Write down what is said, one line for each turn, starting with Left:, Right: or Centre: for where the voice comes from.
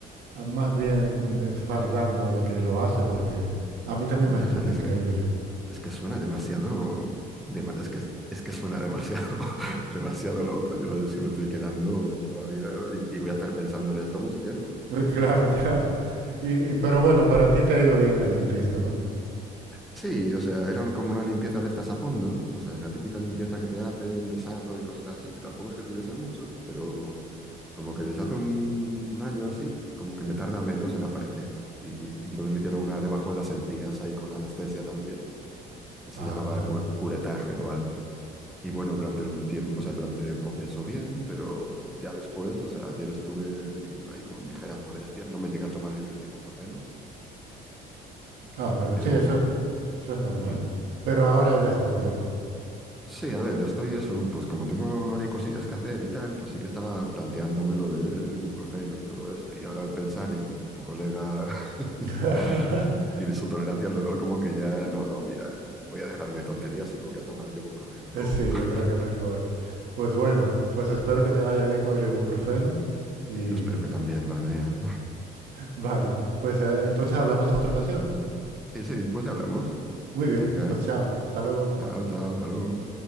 Right: ah, más bien eh, fardando de que lo hace, porque a mí también
Centre: ya,
Right: me resulta
Centre: es
Right: increíble.
Centre: que, es que suena demasiado, dema- es que, es que suena demasiado, <laughs> demasiado loco. Yo, yo sí me estoy quedando todavía y, y voy a estar pensando en esto mucho tiempo.
Right: <laughs> Claro, ya. Y, y- pero bueno, para ti te ha ido bien el dentista, ¿no?
Centre: Sí, o sea, eran como una limpieza de estas a fondo, o sea, la típica limpieza que te hacen, desarrollo y cosas así, que tampoco es que tuviese mucho, pero como que desde hace un, un año así, c- como que me tarda menos en aparecer. Y, y entonces me hicieron una debajo de las encías ahí con anestesia también, que se
Right: Ah,
Centre: llamaba
Right: claro.
Centre: cur- curetaje o algo. Y bueno, durante el tiempo, o sea, durante el proceso bien, pero ya después, o sea, ayer estuve ahí con ligeras molestias, no me llegué a tomar el ibuprofeno,
Right: Ah, pero
Centre: pero...
Right: sí, eso es, eso es normal.
Centre: hmm,
Right: Pero ahora ya estás bien, ¿no?
Centre: Sí, a ver, yo estoy eso, pues como tengo ahí cosillas que hacer y tal, pues sí que estaba planteándome lo del ibuprofeno y todo eso. Y ahora al pensar en tu colega <laughs>
Right: <laughs>
Centre: y de su tolerancia al dolor, como que ya, no, no, mira, voy a dejarme de tonterías y me voy a tomar el ibuprofeno, no.
Right: Sí,
Centre: <laughs>
Right: yo creo que mejor. Pues bueno, pues espero que te vaya bien con el ibuprofeno y
Centre: Y yo espero que también, madre mía.
Right: vale, pues eh, entonces hablamos en otra ocasión.
Centre: Sí, sí, pues ya hablamos.
Right: Muy bien,
Centre: Venga,
Right: pues chao, hasta luego.
Centre: chao, chao, hasta luego.